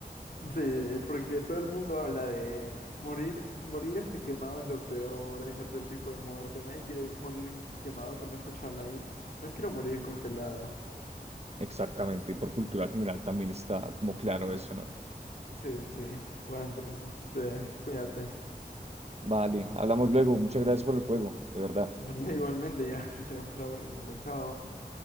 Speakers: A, on the left; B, on the right.
A: sí, porque todo el mundo habla de morir, morir este quemado es lo peor, es la peor tipo de muerte. Nadie quiere morir quemado, pero no he escuchado a nadie. No quiero morir congelado.
B: Exactamente. Y por cultura general también está como claro eso, ¿no?
A: Sí, sí. Bueno, entonces, este, cuídate.
B: Vale, hablamos luego. Muchas gracias por el juego, de verdad.
A: <laughs> Igualmente ya, <laughs> se me fue el aburrimiento. Chao.